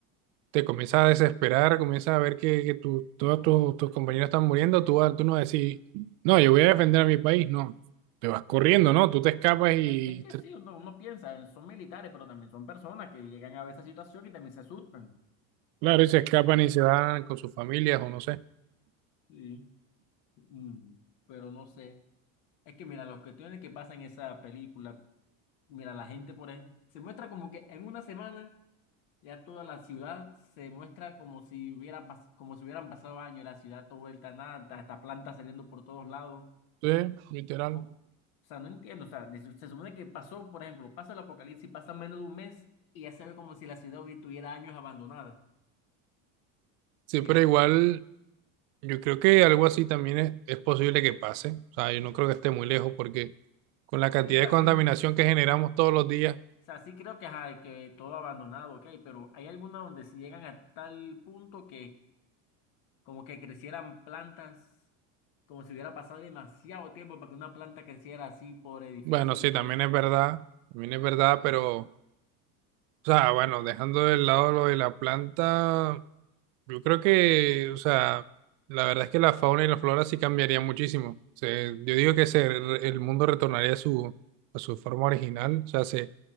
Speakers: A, on the right; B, on the left.
A: te comienzas a desesperar, comienzas a ver que, que tu- todos tus, tus compañeros están muriendo, tú, vas- tú no decís, no, yo voy a defender a mi país, no, te vas corriendo,
B: No.
A: ¿no? Tú te escapas
B: Es
A: y,
B: que, es que
A: te-
B: sí, uno, uno piensa, son militares, pero también son personas que llegan a ver esa situación y también se asustan.
A: claro, y se escapan y se van con sus familias o no sé.
B: Sí. Mm, pero no sé. Es que mira, las cuestiones que pasan en esa película, mira, la gente por ejemplo, se muestra como que en una semana ya toda la ciudad se muestra como si hubiera pas- como si hubieran pasado años, la ciudad toda vuelta a nada, hasta plantas saliendo por todos lados.
A: Entonces, literal.
B: Co- o sea, no entiendo, o sea, ni- se supone que pasó, por ejemplo, pasa el apocalipsis, pasa menos de un mes y ya se ve como si la ciudad hubiera, tuviera años abandonada.
A: Sí,
B: Y,
A: pero
B: eh,
A: igual, yo creo que algo así también es, es posible que pase. O sea, yo no creo que esté muy lejos porque con la cantidad
B: sí, o sea,
A: de contaminación
B: sí, es-
A: que generamos todos los días
B: o sea, sí creo que, ajá, que todo abandonado, ok, pero hay algunas donde si llegan a tal punto que como que crecieran plantas, como si hubiera pasado demasiado tiempo para que una planta creciera así por edificios
A: Bueno, sí,
B: y cosas.
A: también es verdad, también es verdad, pero, o sea, bueno, dejando de lado lo de la planta, yo creo que, o sea, la verdad es que la fauna y la flora sí cambiaría muchísimo. Se- yo digo que se, el mundo retornaría a su, a su forma original, o sea, se,